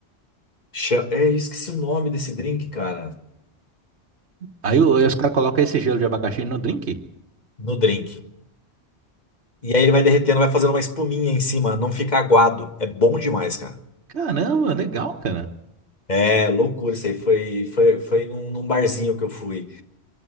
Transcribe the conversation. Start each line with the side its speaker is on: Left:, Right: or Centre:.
Left: Cha- É, eu esqueci o nome desse drink, cara.
Right: Aí, o- aí os caras colocam esse gelo de abacaxi no drink?
Left: No drink. E aí ele vai derretendo, vai fazendo uma espuminha em cima, não fica aguado. É bom demais, cara.
Right: Caramba, legal, cara.
Left: É loucura isso aí. Foi, foi, foi num, num barzinho que eu fui.